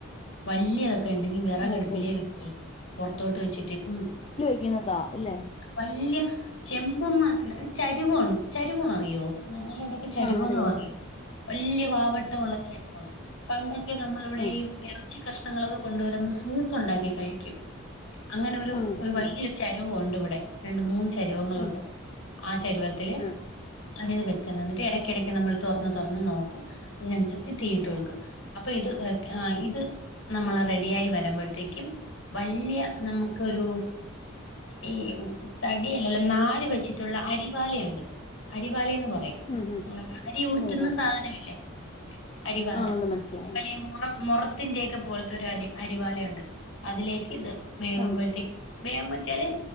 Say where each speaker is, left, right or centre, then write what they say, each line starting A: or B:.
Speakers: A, on the left (about 60°); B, on the left (about 30°).
A: വല്ല്യ ക്കെണ്ടെങ്കി വിറകടുപ്പിലേ
B: ഓഹോ
A: വെക്കുള്ളൂ പുറത്തോട്ട് വെച്ചിട്ട് പ്പം.
B: <unintelligible> അല്ലെ
A: വല്യ ചെമ്പും മാത്രല് ചരിവൊൻ ചരിവ് മറിയോ ഞങ്ങളടെ. കെ ചരുവന്നറിയും
B: ആ അറിയാം അറിയാം
A: വല്യ വാവട്ടമുള്ള ചരുവാണ് പണ്ടൊക്കെ നമ്മളിവിടെ
B: ആ ആ
A: ഈ. ഇറച്ചി കഷ്ണങ്ങളൊക്കെ കൊണ്ട് വരുമ്പോൾ സൂപ്പ് ഉണ്ടാക്കി കഴിക്കും അങ്ങനെ ഒരു
B: ആ
A: വല്യ
B: ആ
A: ചരു രുവുണ്ട് ഇവിടെ രണ്ട് മൂന്ന് ചരുവങ്ങളുണ്ട്
B: ആ
A: ആ ചരുവത്തില്.
B: ആ
A: ആണ് ഇത് വെക്കുന്നത് എന്നിട്ട് ഇടയ്ക്കിടക്ക് നമ്മൾ തുറന്ന് തുറന്ന് നോക്കും അതിനനുസരിച്ച് തീയിട്ടു
B: ഓ
A: കൊടുക്കും. അപ്പൊ ഇത് ഇത് നമ്മൾ റെഡി ആയി വരുമ്പോയ്ത്തേക്കും. വല്ല്യ നമുക്കൊരു. ഈ തടിയല്ലല്ല നാര് വെച്ചിട്ടുള്ള അരിവാലയുണ്ട് അരിവാലയന്ന് പറയും.
B: ഉം ഉം
A: അരി ഊറ്റുന്ന
B: ഓഹോ
A: സാധനമില്ലേ അരിവാല
B: ആ അത് മനസ്സിലായി
A: വലിയ
B: ആ
A: മുറം മുറ ത്തിന്റെക്കെ പോൽത്തെരു അരി അരിവാലയുണ്ട് അതിലേക്ക് ഇത് വേവമ്പോഴത്തേക്കും
B: ആ
A: വേവ ച്ചാല്